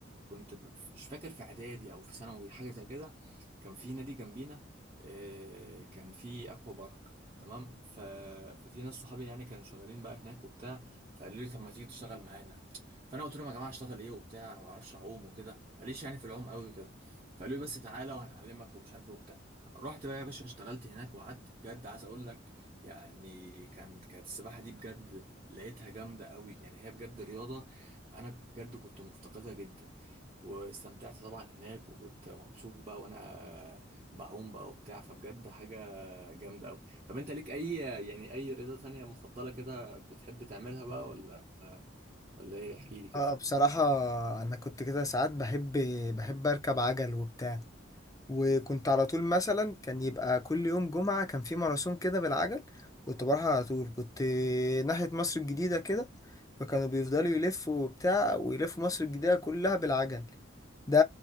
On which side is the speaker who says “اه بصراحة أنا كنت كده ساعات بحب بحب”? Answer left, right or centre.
Left